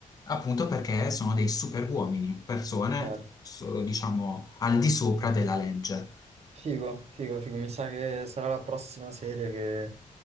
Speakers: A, on the left; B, on the right.
A: Appunto perché sono dei super uomini, persone,
B: certo.
A: so- diciamo, al di sopra della legge.
B: Figo, figo, figo. Mi sa che sarà la prossima serie che,